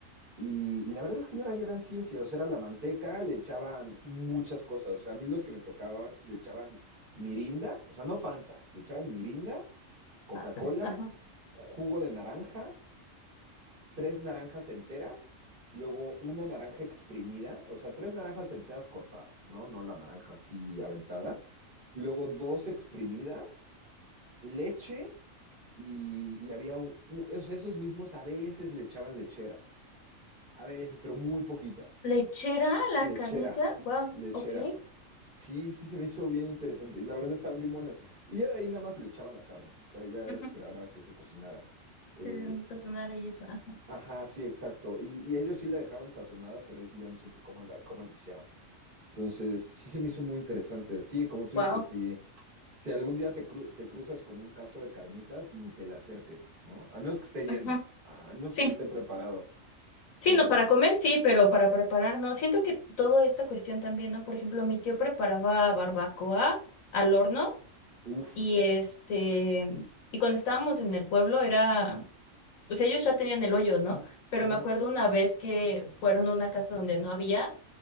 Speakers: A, on the right; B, on the left.
A: y, y la verdad es que no era gran ciencia, o sea, era la manteca, le echaban muchas cosas, o sea, a mí los que me tocaban le echaban mirinda, o sea, no Fanta, le echaban mirinda, Coca-Cola,
B: Sácalos, ajá.
A: jugo de naranja, tres naranjas enteras, luego una naranja exprimida, o sea, tres naranjas enteras cortadas, ¿no? No la naranja así aventada, luego dos exprimidas, leche y, y había un- esos esos mismos a veces le echaban lechera, a veces, pero muy poquita.
B: Lechera, la
A: Lechera,
B: carnita. Wow,
A: lechera.
B: ok.
A: Sí, sí, se me hizo bien interesante. Y la verdad estaban bien buenas. Y ya de ahí nada más le echaban la carne. O sea, ya era
B: Ujú.
A: esperar a que se cocinara. Eh,
B: Entonces empezó a sonar ahí eso. Ajá.
A: ajá, sí, exacto. Y, y ellos sí la dejaban sazonada, pero ahí sí ya no supe cómo la, cómo la hicieron. Entonces, sí se me hizo muy interesante. Sí, como tú
B: Wow.
A: dices, sí, Si algún día te, cru- te cruzas con un caso de carnitas, ni te le acerques, ¿no? Al menos que esté lleno,
B: Ajá.
A: al menos
B: Sí.
A: que esté preparado,
B: Sí,
A: pero,
B: no, para comer sí, pero para preparar no. Siento que toda esta cuestión también, ¿no? Por ejemplo, mi tío preparaba barbacoa al horno
A: uff,
B: y este, y cuando estábamos en el pueblo era o sea, ellos ya tenían el hoyo, ¿no? Pero
A: ajá,
B: me acuerdo una vez que fueron a una casa donde no había